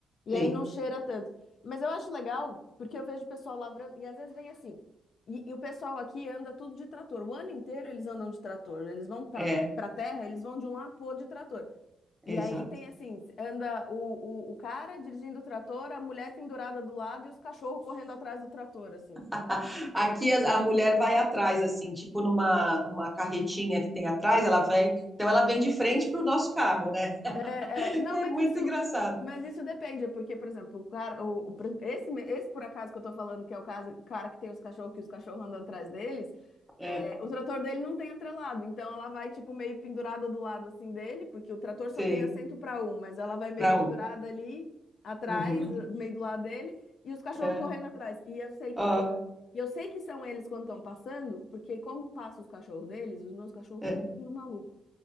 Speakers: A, on the left; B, in the centre.
A: E
B: sim,
A: aí não cheira tanto. Mas eu acho legal, porque eu vejo o pessoal lavrando, e às vezes vem assim. E, e o pessoal aqui anda tudo de trator. O ano inteiro eles andam de trator. Eles vão para
B: é,
A: para terra, eles vão de um lado pro outro de trator.
B: exato.
A: E aí tem assim, anda o, o, o cara dirigindo o trator, a mulher pendurada do lado e os cachorros correndo atrás do trator, assim.
B: <laughs> Aqui a, a mulher vai atrás, assim, tipo numa, numa carretinha que tem atrás, ela vem, então ela vem de frente para o nosso carro, né?
A: É, é, não,
B: É
A: mas
B: muito
A: isso,
B: engraçado.
A: mas isso depende, porque, por exemplo, o cara, o, o pre- esse, me- esse por acaso que eu tô falando, que é o caso, o cara que tem os cachorros, que os cachorros andam atrás deles,
B: É,
A: é, o trator dele não tem atrelado, então ela vai, tipo, meio pendurada do lado, assim, dele, porque o trator só
B: sei.
A: tem assento para um, mas ela vai meio
B: Para
A: pendurada
B: um.
A: ali, atrás,
B: Uhum.
A: meio do lado dele, e os cachorros
B: É.
A: correndo atrás, e eu sei que...
B: Ó.
A: E eu, e eu sei que são eles quando estão passando, porque como passam os cachorros deles, os meus cachorros
B: é.
A: ficam tudo malucos.